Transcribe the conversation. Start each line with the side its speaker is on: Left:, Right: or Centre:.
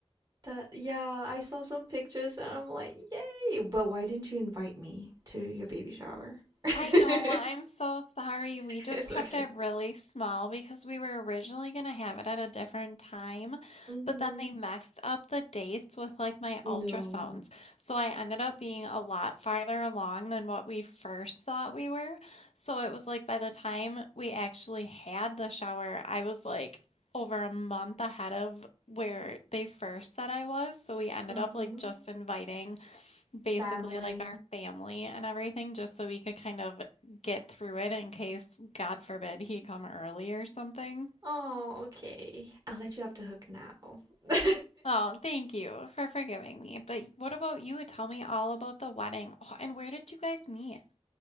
Right: That yeah, I saw some pictures and I'm like, "Yay!" But why didn't you invite me to your baby shower? <laughs>
Left: I know. I'm so sorry. We just
Right: It's
Left: kept
Right: okay.
Left: it really small because we were originally going to have it at a different time,
Right: Mhm.
Left: but then they messed up the dates with like my
Right: No.
Left: ultrasounds. So I ended up being a lot farther along than what we first thought we were. So it was like by the time we actually had the shower, I was like over a month ahead of where they first said I was. So we ended
Right: Uh-huh.
Left: up like just inviting basically
Right: Family.
Left: like our family and everything, just so we could kind of get through it in case, God forbid, he come early or something.
Right: Oh, okay. I'll let you off the hook now. <laughs>
Left: Oh, thank you for forgiving me. But what about you? Tell me all about the wedding. Oh, and where did you guys meet?